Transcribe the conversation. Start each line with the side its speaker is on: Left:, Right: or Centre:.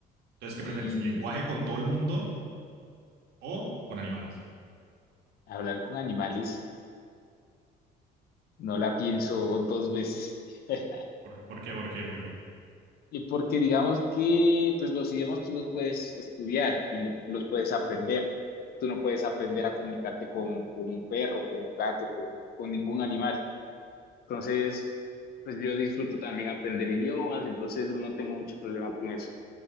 Right: Entonces, ¿qué
Left: Mm,
Right: prefieres? ¿Lenguaje con todo el mundo o con animales?
Left: hablar con animales, no la pienso dos veces. <laughs>
Right: ¿Por, por qué? ¿Por qué? ¿Por qué?
Left: Y porque digamos que pues los idiomas tú los puedes estudiar y lo- los puedes aprender. Tú no puedes aprender a comunicarte con, con un perro, con un gato, con, con ningún animal. Entonces, pues yo disfruto también aprender idiomas, entonces no tengo mucho problema con eso.